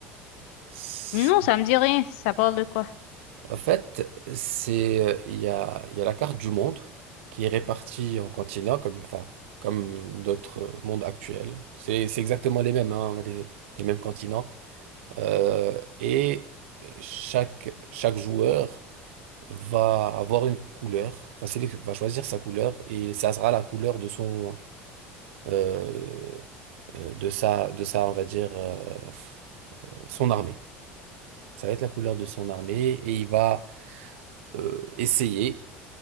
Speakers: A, on the right; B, on the left.
A: C'est-
B: Non, ça me dit rien. Ça parle de quoi?
A: En fait, c'est, euh, il y a, il y a la carte du monde qui est répartie en continents, comme, enfin, comme notre monde actuel. C'est, c'est exactement les mêmes, hein, on a les, les mêmes continents. Euh, et chaque, chaque joueur va avoir une couleur, enfin, c'est lui qui va choisir sa couleur et ça sera la couleur de son euh, euh, de sa, de sa, on va dire, euh, son armée. Ça va être la couleur de son armée et il va euh, essayer